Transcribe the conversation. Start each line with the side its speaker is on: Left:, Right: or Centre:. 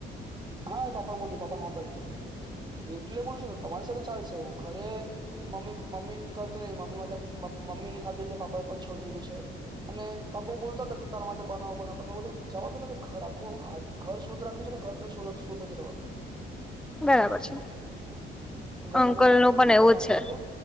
Right: હા પાપા બોલ્યું પાપા હા પડી દીધી એટલે બોલું શું ને તમારી સાથે ચાલશે ઘરે મમ્મી મમ્મી કરતી ન મમ્મી માટે મમ્મી ની ખાતે એટલે પાપા એ પણ છોડી દીધું છે અને બાપા બોલતો હતા કે તારા માટે બનાવો બનાવવા બોલો જવા દો ને ઘર રાખો હર ઘર શુદ્ધ રાખ્યું છ ને ઘર શધ શુદ્ધ જ રહેવા દો
Centre: બરાબર છે
Right: ઘરમાં
Centre: અંકલ
Right: નોનવેજ બન્યું
Centre: નું પણ
Right: નથી
Centre: એવું
Right: ઘરમાં
Centre: જ
Right: રહેવાડો
Centre: છે